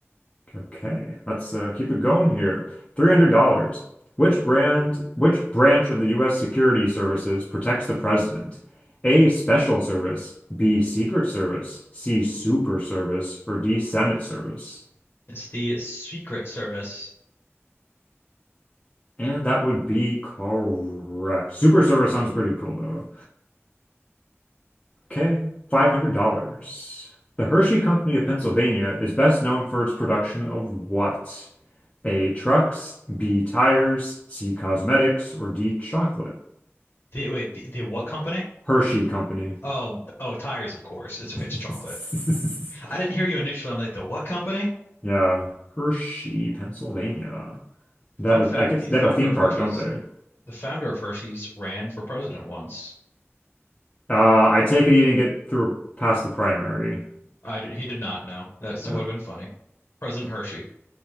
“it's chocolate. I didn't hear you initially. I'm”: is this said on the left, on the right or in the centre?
Left